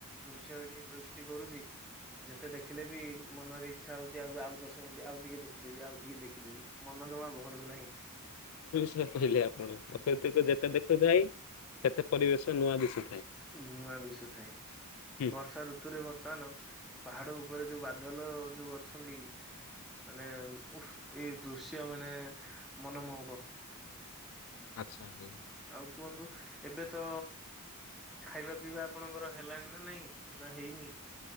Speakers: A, in the centre; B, on the left.
A: ଦୃଶ୍ୟ ଏଠି ସୃଷ୍ଟି କରୁଛି ଯେତେ ଦେଖିଲେ ବି ମନରେ ଇଚ୍ଛା ହଉଛି ଆଉ ଆଉ ଦଶ ମିନିଟ ଆଉ ଟିକେ ଦେଖିଦେବି ଆଉ ଟିକେ ଦେଖି ଦେଖିଦେବି ମନ ଜମା ଭରୁ ନାହିଁ।
B: ଦେଖୁଥିଲେ ଆପଣ ପ୍ରକୃତିକୁ ଯେତେ ଦେଖୁଥାଏ ସେତେ ପରିବେଶ ନୂଆ ଦିଶୁ
A: ନୂଆ ଦିଶୁଥାଏ
B: ହୁଁ।
A: ବର୍ଷା ଋତୁରେ ବର୍ତ୍ତମାନ ପାହାଡ ଉପରେ ଯୋଉ ବାଦଲ ଯୋଉ ଅଛନ୍ତି ମାନେ ଉହ୍ ଏଇ ଦୃଶ୍ୟ ମାନେ ମନମୋହକ।
B: ଆଚ୍ଛା ଭାଇ।
A: ଆଉ କୁହନ୍ତୁ ଏବେ ତ ଖାଇବା ପିଇବା ଆପଣଙ୍କର ହେଲାଣି ନା ନାଇଁ। ନା ହେଇନି।